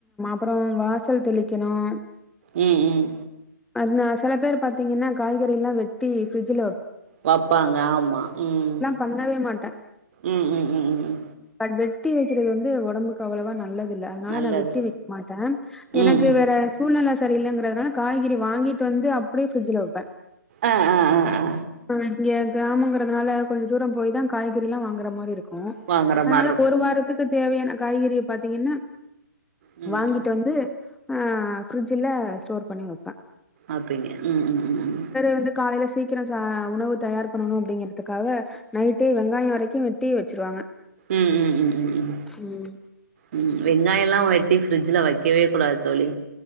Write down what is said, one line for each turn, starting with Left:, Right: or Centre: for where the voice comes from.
Centre: அப்புறம் வாசல் தெளிக்கணும்
Right: உம் உம்
Centre: அதுன்னா சில பேர் பாத்தீங்கன்னா காய்கறி எல்லாம் வெட்டி ஃப்ரிட்ஜுல
Right: வைப்பாங்க ஆமா உம்
Centre: பண்ணவே மாட்டே
Right: உம் உம் உம்
Centre: பட் வெட்டி வைக்கிறது வந்து உடம்புக்கு அவ்வளோவா நல்லது இல்ல அதுனால
Right: நல்லது
Centre: நான் வெட்டி வைக்க மாட்டேன் எனக்கு
Right: ம்
Centre: வேற சூழ்நிலை ச சரி இல்லங்கறதுனால காய்கறி வாங்கிட்டு வந்து அப்படியே ஃப்ரிட்ஜ்ல வைப்பேன்
Right: ஆ ஆ ஆ ஆ
Centre: உஹம் <unintelligible> இங்க கிராமங்கிறதுனால கொஞ்சம் தூரம் போய் தான் காய்கறில்லாம் வாங்குற மாரி இருக்கும்
Right: வாங்குற
Centre: அதுனால
Right: மார்ருக்கு
Centre: ஒரு வாரத்துக்கு தேவையான காய்கறிய பாத்தீங்கன்னா
Right: ம்
Centre: வாங்கிட்டு
Right: ம்
Centre: வந்து ஆஹ் ஃப்ரிஜ்ல ஸ்டோர் பண்ணி வைப்பேன்
Right: அப்படிங்க உம் உம் உம்
Centre: வந்து காலையில சீக்கிரம் ச உணவு தயார் பண்ணணும் அப்படிங்கறதுக்காவ நைட்டே வெங்காயம் வரைக்கும் வெட்டி வச்சிருவாங்க
Right: உம் உம் உம் உம்
Centre: ம்
Right: உம் வெங்காயம் எல்லாம் வெட்டி ஃப்ரிட்ஜ்ல வைக் வைக்கவே கூடாது தோழி